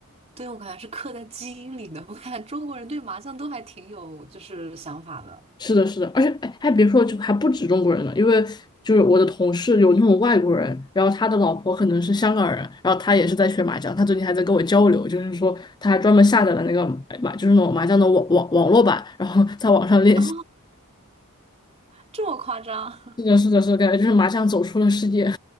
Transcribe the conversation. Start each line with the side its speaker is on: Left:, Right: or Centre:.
Right: 对，我感觉是刻在基因里的。我看中国人对麻将都还挺有就是想法的。
Left: 是的，是的，而且哎，还别说，就还不止中国人呢，因为就是我的同事有那种外国人，然后他的老婆可能是香港人，然后他也是在学麻将，他最近还在跟我交流，就是说他还专门下载了那个麻，就是那种麻将的网网网络版，然后 <laughs> 在网上练习。
Right: 哦，这么夸张？
Left: 是的，是的，是的，感觉就是麻将走出了世界。